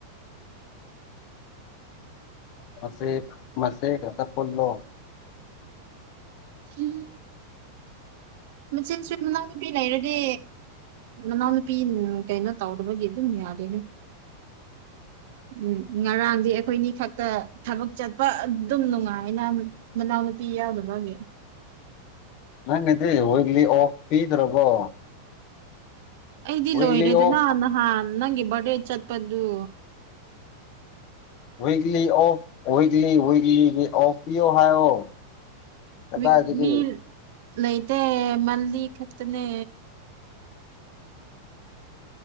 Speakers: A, on the left; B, on the right.
A: ꯃꯆꯦꯛ ꯃꯆꯦ ꯈꯠꯇ ꯄꯨꯜꯂꯣ
B: ꯎꯝ ꯃꯆꯦꯁꯨ ꯃꯅꯥꯎ ꯅꯨꯨꯄꯤ ꯂꯩꯔꯗꯤ ꯃꯅꯥꯎꯅꯨꯄꯤ ꯀꯩꯅꯣ ꯇꯧꯗꯕꯒꯤ ꯑꯗꯨꯝ ꯌꯥꯗꯦꯅꯦ ꯎꯝ ꯉꯔꯥꯡꯗꯤ ꯑꯩꯈꯣꯏꯅꯤ ꯈꯛꯇ ꯊꯕꯛ ꯆꯠꯄ ꯑꯗꯨꯝ ꯅꯨꯡꯉꯥꯏꯅ ꯃꯅꯥꯎ ꯅꯨꯄꯤ ꯌꯥꯎꯗꯕꯒꯤ
A: ꯅꯪꯒꯤꯗꯤ ꯋꯤꯛꯂꯤ ꯑꯣꯐ ꯄꯤꯗ꯭ꯔꯕꯣ
B: ꯑꯩꯗꯤ
A: ꯋꯤꯛꯂꯤ
B: ꯂꯣꯏꯔꯦꯗꯅ
A: ꯑꯣꯐ
B: ꯅꯍꯥꯟ ꯅꯪꯒꯤ ꯕꯔꯗꯦ ꯆꯠꯄꯗꯨ
A: ꯋꯤꯛꯂꯤ ꯑꯣꯐ ꯋꯤꯛꯂꯤ ꯋꯤꯛꯂꯤꯒꯤ ꯑꯣꯐ ꯄꯤꯌꯣ ꯍꯥꯏꯌꯣ ꯀꯗꯥꯏꯗꯒꯤ
B: ꯋꯤꯛꯂꯤ ꯂꯩꯇꯦ ꯃꯟꯂꯤ ꯈꯠꯇꯅꯦ